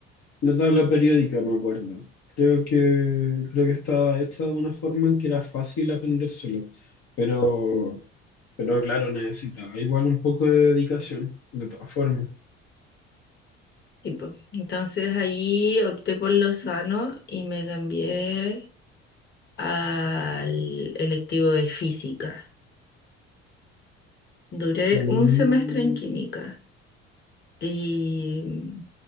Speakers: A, on the left; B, on the left.
A: la tabla periódica, me acuerdo. Creo que, creo que estaba hecha de una forma en que era fácil aprendérselo, pero, pero claro, necesitaba igual un poco de dedicación, de todas formas.
B: tipo. Entonces ahí opté por lo sano y me cambié al electivo de física. Duré
A: Mm,
B: un semestre en química y...